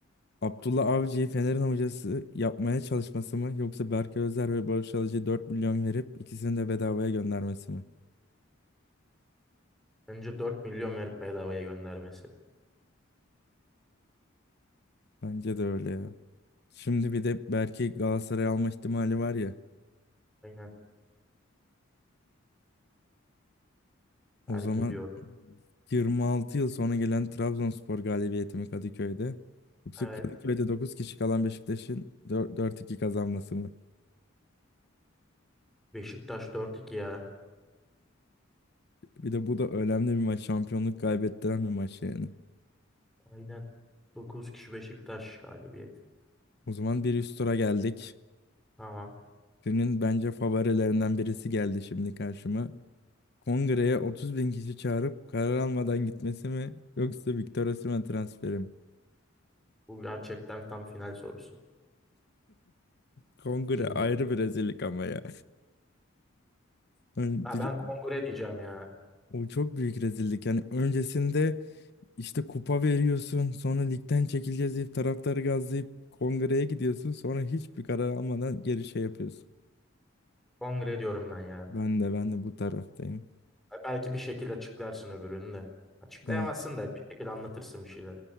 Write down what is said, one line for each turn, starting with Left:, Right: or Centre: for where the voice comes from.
Centre: Tamam.
Left: Abdullah Avcı'yı Fener'in hocası yapmaya çalışması mı yoksa Berkay Özer ve Barış Alıcı'ya 4 milyon verip ikisini de bedavaya göndermesi mi?
Centre: Bence 4 milyon verip bedavaya göndermesi.
Left: Bence de öyle ya. Şimdi bir de Berkay Galatasaray'a alma ihtimali var ya.
Centre: Aynen. Terk
Left: O zaman
Centre: ediyorum.
Left: 26 yıl sonra gelen Trabzonspor galibiyeti mi Kadıköy'de? Yoksa
Centre: Evet.
Left: Kadıköy'de 9 kişi kalan Beşiktaş'ın dört iki kazanması mı?
Centre: Beşiktaş dört 2 ya.
Left: Bir de bu da önemli bir maç. Şampiyonluk kaybettiren bir maç yani.
Centre: Aynen. 9 kişi Beşiktaş galibiyeti.
Left: O zaman bir üst tura geldik.
Centre: Tamam.
Left: Günün bence favorilerinden birisi geldi şimdi karşıma. Kongreye 30 bin kişi çağırıp karar almadan gitmesi mi yoksa Victor Osimhen transferi mi?
Centre: Bu gerçekten tam final sorusu.
Left: Kongre
Centre: Bilmiyorum.
Left: ayrı bir rezillik ama ya. Yani
Centre: Ha,
Left: bir,
Centre: ben kongre diyeceğim ya.
Left: o çok büyük rezillik. Yani öncesinde işte kupa veriyorsun sonra ligden çekileceğiz deyip taraftarı gazlayıp kongreye gidiyorsun sonra hiçbir karar almadan geri şey yapıyorsun.
Centre: Kongre diyorum ben ya.
Left: Ben de ben de bu taraftayım.
Centre: Ha, Belki bir şekilde açıklarsın öbürünü de. Açıklayamazsın
Left: Evet.
Centre: da bir şekilde anlatırsın bir şeyler.